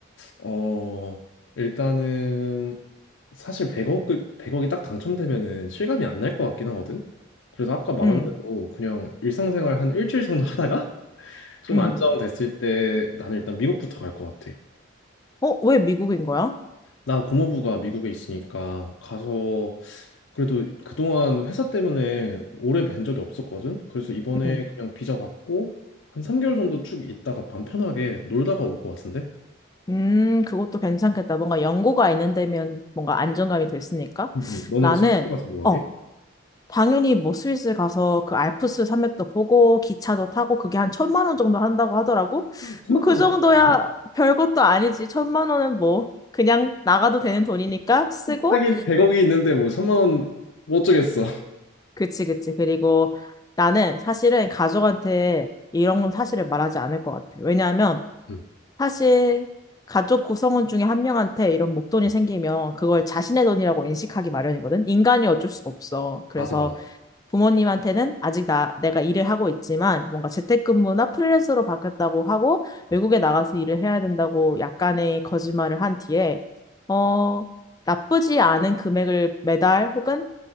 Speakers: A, on the left; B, on the left.
A: 어 일단은 사실 100억 100억이 딱 당첨되면은 실감이 안 날 것 같긴 하거든. 그래서 아까 말한
B: 응,
A: 대로 그냥 일상생활 한 일주일 정도 하다가 <laughs> 좀
B: 응.
A: 안정됐을 때 나는 일단 미국부터 갈 것 같아.
B: 어, 왜 미국인 거야?
A: 나 고모부가 미국에 있으니까 가서 그래도 그동안 회사 때문에 오래 뵌 적이 없었거든. 그래서 이번에
B: 응.
A: 그냥 비자 받고 한 3개월 정도 쭉 있다가 맘 편하게 놀다가 올 것 같은데?
B: 음, 그것도 괜찮겠다. 뭔가 연고가 있는 데면 뭔가 안정감이 더 있으니까.
A: 응, 응. 너는
B: 나는,
A: 스위스 가서 뭐
B: 어,
A: 하게?
B: 당연히 뭐 스위스 가서 그 알프스 산맥도 보고 기차도 타고 그게 한 천만 원 정도 한다고 하더라고.
A: 생각보다
B: 뭐 그 정도야
A: 괜찮네.
B: 별것도 아니지. 천만 원은 뭐 그냥 나가도 되는 돈이니까 쓰고.
A: 하긴 100억이 있는데 뭐 3만 원 못 주겠어.
B: 그치, 그치. 그리고 나는 사실은 가족한테 이런 건 사실을 말하지 않을 것 같아. 왜냐하면
A: 응,
B: 사실 가족 구성원 중에 한 명한테 이런 목돈이 생기면 그걸 자신의 돈이라고 인식하기 마련이거든. 인간이 어쩔 수 없어. 그래서
A: 맞아, 맞아.
B: 부모님한테는 아직 나, 내가 일을 하고 있지만 뭔가 재택근무나 프리랜서로 바뀌었다고 하고 외국에 나가서 일을 해야 된다고 약간의 거짓말을 한 뒤에 어, 나쁘지 않은 금액을 매달 혹은